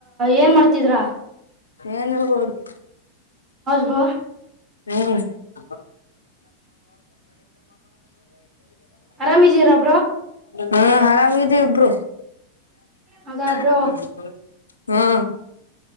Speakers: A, on the right; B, on the left.
A: ಏನ್ ಮಾಡ್ತಿದ್ರಾ
B: ಏನಿಲ್ಲಾ ನೋಡ್
A: ಬ್ರೋ
B: ಹ್ಮ <inaudible> <inaudible> <inaudible> <inaudible>
A: ಆರಾಮಿದೀರ ಬ್ರೋ
B: ಹಾ ಆರಾಮಿದ್ದಿವಿ ಬ್ರೋ
A: ಹೌದಾ ಬ್ರೋ
B: <inaudible> ಹಾ